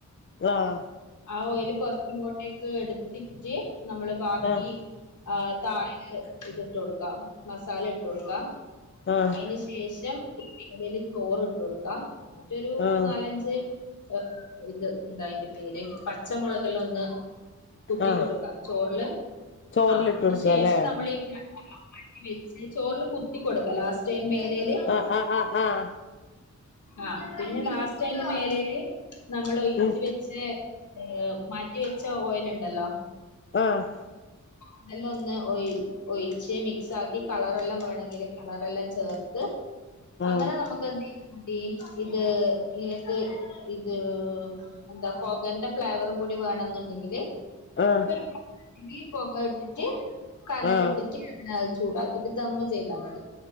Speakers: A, on the left; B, on the left.
A: ആഹ്
B: ആ ഓയില് കൊറച്ച് ഇങ്ങോട്ടേക്ക് എടുത്തിറ്റ് നമ്മള് ബാക്കി
A: ആഹ്
B: ആഹ് തായല് ഇത്ട്ട് കൊടുക്കാ മസാല ഇട്ട് കൊടുക്കാം
A: ആഹ്
B: അയിന്ശ് ശേഷം എലേല് ചോറിട്ട് കൊടുക്കാം എന്നിട്ടൊരു
A: ആഹ് ആഹ്
B: നാലഞ്ച് ഏഹ് ഇത് എന്താ അയിന്റെ പേര് പച്ചമൊളകെല്ലം ഒന്ന് കുത്തി
A: ആഹ്
B: കൊടുക്കാ ചോറില്
A: ചോറിലിട്ട്
B: ആഹ് അതിന്
A: കൊടുക്കാല്ലേ
B: ശേഷം നമ്മളീ <unintelligible> വാട്ടി വെച്ച് ചോറില് കുത്തി കൊടുക്കാ ലാസ്റ്റ് അയിന് മേലേല്
A: ആഹ് ആഹ് ആഹ് ആഹ്
B: ആഹ് പിന്നെ ലാസ്റ്റ് അയിന്റെ മേലേല് നമ്മൾ ഒയിച്ച്
A: ഉം
B: വെച്ച് <unintelligible> ഏഹ് മാറ്റിവെച്ച ഓയില്ണ്ടല്ലോ?
A: ആഹ്
B: അതെല്ലം ഒന്ന് ഒയ് ഒയിച്ച് മിക്സാക്കി കളറെല്ലം വേണെങ്കില് കളറെല്ലാം ചേർത്ത് അങ്ങനെ
A: ആഹ്
B: നമ്മക് <unintelligible> ഇത് നിനക്ക് ഇത് എന്താ പൊകന്റെ ഫ്ലേവറും കൂടി വേണന്ന്ണ്ടെങ്കില് <unintelligible>
A: ആഹ്
B: പൊക ഇട്ടിറ്റ്‌ കനല്
A: ആഹ്
B: ഇട്ടിറ്റ്‌ പിന്നെ അത് ചൂടാക്കീറ്റ്‌ ദമ്മ് ചെയ്താ മതി